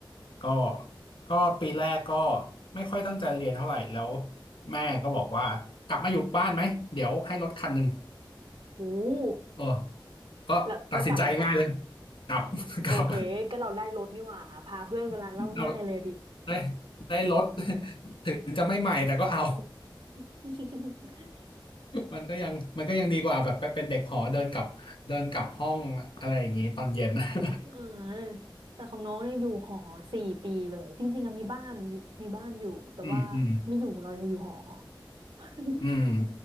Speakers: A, on the left (about 80°); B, on the right (about 85°).
A: ก็ก็ปีแรกก็ไม่ค่อยตั้งใจเรียนเท่าไหร่แล้วแม่ก็บอกว่ากลับมาอยู่บ้านไหมเดี๋ยวให้รถคันหนึ่ง
B: โอ้
A: เออก็ตัดสินใจง่ายเลย
B: แล้วแล้วกลับไหมคะ
A: กลับ <laughs>
B: โอเคก็เราได้รถนี่หว่าพาเพื่อนเวลาเหล่าง่ายเลยดิ
A: กลับ <laughs> เอาได้ได้รถ <laughs> ถึงจะไม่ใหม่แต่ก็เอา
B: <laughs>
A: มันก็ยังมันก็ยังดีกว่าแบบไปเป็นเด็กหอเดินกลับเดินกลับห้องอะไรอย่างนี้ตอนเย็น <laughs>
B: อืมแต่ของน้องเนี่ยอยู่หอสี่ปีเลยจริงๆอะมีบ้านมีบ้านอยู่แต่ว่าไม่อยู่เราจะอยู่หอ
A: อืมอืม
B: <laughs>
A: อืม